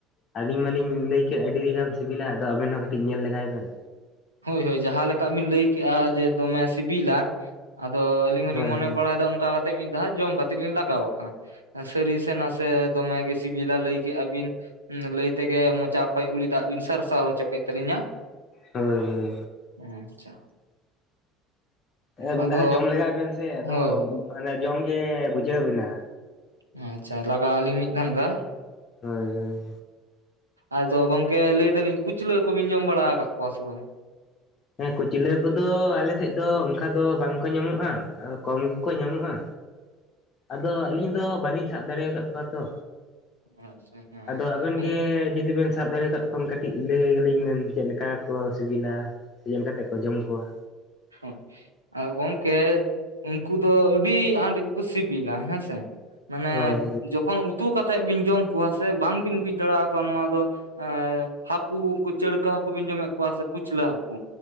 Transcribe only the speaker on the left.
ᱟᱹᱞᱤᱧ ᱢᱟᱞᱤᱧ ᱞᱟᱹᱭ ᱠᱮᱫ ᱟᱹᱰᱤᱜᱟᱱ ᱥᱤᱵᱤᱞᱟ ᱟᱫᱚ ᱟᱵᱮᱱ ᱦᱚᱸ ᱠᱟᱹᱴᱤᱡ ᱧᱮᱞ ᱞᱮᱜᱟᱭ ᱵᱮᱱᱼᱼ
ᱦᱳᱭ
ᱦᱳᱭ
ᱦᱟᱹᱭ ᱦᱟᱹᱭ
ᱦᱮᱸ ᱢᱤᱫ
ᱫᱷᱟᱣ ᱡᱚᱢ ᱞᱮᱜᱟᱭ ᱵᱮᱱ ᱥᱮ ᱟᱫᱚ
ᱢᱟᱱᱮ ᱡᱚᱢ ᱜᱮ ᱵᱩᱡᱷᱟᱹᱣ ᱵᱮᱱᱟ᱾
ᱦᱟᱹᱭ ᱦᱟᱹᱭ
ᱦᱮᱸ ᱠᱩᱪᱞᱟᱹ ᱠᱚᱫᱚ ᱟᱞᱮ ᱥᱮᱫ ᱫᱚ ᱚᱱᱠᱟ ᱫᱚ ᱵᱟᱝ ᱠᱚ ᱧᱟᱢᱚᱜᱼᱟ ᱠᱚᱢ ᱜᱮᱠᱚ ᱧᱟᱢᱚᱜᱼᱟ᱾ ᱟᱫᱚ ᱟᱹᱞᱤᱧ ᱫᱚ ᱵᱟᱹᱞᱤᱧ ᱥᱟᱵ ᱫᱟᱲᱮᱣ ᱟᱠᱟᱫ ᱠᱚᱣᱟ ᱛᱚᱼᱼ
ᱟᱫᱚ ᱟᱵᱮᱱ ᱜᱮ ᱡᱩᱫᱤ ᱵᱮᱱᱼᱼ ᱥᱟᱵ ᱫᱟᱲᱮ ᱟᱠᱟᱫ ᱠᱷᱟᱱ ᱠᱟᱹᱴᱤᱡ ᱞᱟᱹᱭ ᱟᱹᱞᱤᱧ ᱵᱮᱱ ᱪᱮᱫ ᱞᱮᱠᱟ ᱠᱚ ᱥᱤᱵᱤᱞᱟ ᱥᱮ ᱪᱮᱫ ᱞᱮᱠᱟᱛᱮ ᱠᱚ ᱡᱚᱢ ᱠᱚᱣᱟ?
ᱦᱳᱭ